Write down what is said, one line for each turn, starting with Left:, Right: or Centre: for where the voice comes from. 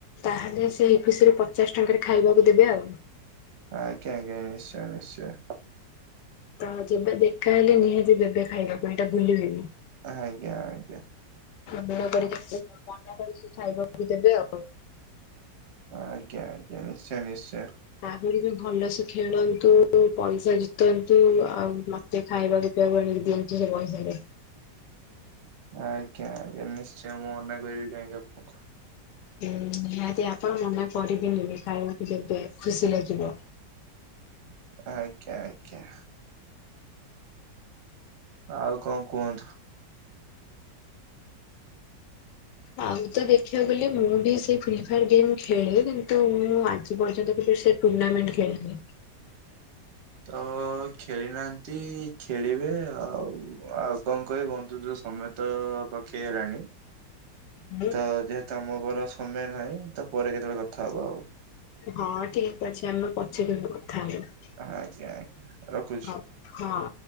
Left: ତାହେଲେ ସେଇ ଖୁସିରେ ପଚାଶେ ଟଙ୍କାରେ ଖାଇବାକୁ ଦେବେ ଆଉ।
Right: ଆଜ୍ଞା ଆଜ୍ଞା ନିଶ୍ଚୟ ନିଶ୍ଚୟ।
Left: ତ ଯେବେ ଦେଖାହଲେ ନିହାତି ଦେବେ ଖାଇବାପାଇଁ ଏଟା ଭୁଲିବେନି?
Right: ଆଜ୍ଞା ଆଜ୍ଞା।
Left: ମନେ କରିକି ମନେ କରିକି ଖାଇବାକୁ ଦେବେ ଆଉ।
Right: ଆଜ୍ଞା ଆଜ୍ଞା ନିଶ୍ଚୟ ନିଶ୍ଚୟ।
Left: ଆହୁରିବି ଭଲସେ ଖେଳନ୍ତୁ ପଇସା ଜିତନ୍ତୁ ଆଉ ମ ତେ ଖାଇବାକୁ ପିଇବାକୁ ଆଣିକି ଦିଅନ୍ତୁ ସେପଇସାରେ।
Right: ଆଜ୍ଞା ଆଜ୍ଞା ନିଶ୍ଚୟ ମୁଁ ମନା କରିବି କାହିଁକି ଆପଣଙ୍କୁ।
Left: ହୁଁ ନିହାତି ଆପଣ ମନାକରିବେନି ଖାଇବାକୁ ଦେବେ ଖୁସି ଲାଗିବ।
Right: ଆଜ୍ଞା ଆଜ୍ଞା ଆଉ କଣ କୁହନ୍ତୁ?
Left: ଆଉ ତ ଦେଖିବାକୁ ଗଲେ ମୁଁ ବି ସେଇ ଫ୍ରି ଫାୟାର ଗେମ୍ ଖେଳେ କିନ୍ତୁ ମୁଁ ଆଜି ପର୍ଯ୍ୟନ୍ତ କେବେ ସେ। ଟୁର୍ଣ୍ନାମେଣ୍ଟ ଖେଳିନି।
Right: ତ ଖେଳି ନାହାନ୍ତି ଖେଳିବେ ଆଉ ଆଉ କଣ କହି ବନ୍ଧୁତ ସମ। ତ ପାଖେଇ ଆଇଲାଣି।
Left: ମୁଁ
Right: ତ ଯେହେତୁ ଆମଘର ସମୟ ନାହିଁ। ତ ପରେ କେତେବେଳେ କଥା ହବା ଆଉ।
Left: ହଁ ଠିକ ଅଛି। ଆମେ ପଛେ କେବେ କଥା ହେବା।
Right: ହଁ ଆଜ୍ଞା ଆଜ୍ଞା ରଖୁଛି।
Left: ହଉ ହଁ।